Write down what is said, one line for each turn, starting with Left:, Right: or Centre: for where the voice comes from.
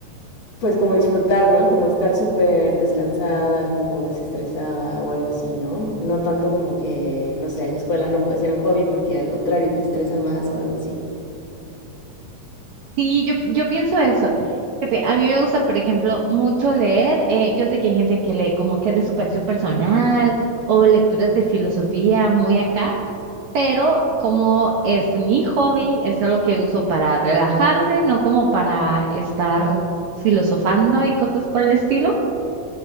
Left: pues como disfrutar, ¿no? Como estar súper descansada, como desestresada o algo así, ¿no? No tanto como que, no sé, la escuela no puede ser un hobby porque al contrario te estresa más o algo así.
Right: Sí, yo, yo pienso eso. Fíjate, a mí me gusta, por ejemplo, mucho leer. eh, yo sé que hay gente que lee como que es de superación personal o lecturas de filosofía muy acá. pero como es mi hobby, es algo que uso para relajarme, no como para estar filosofando y cosas por el estilo.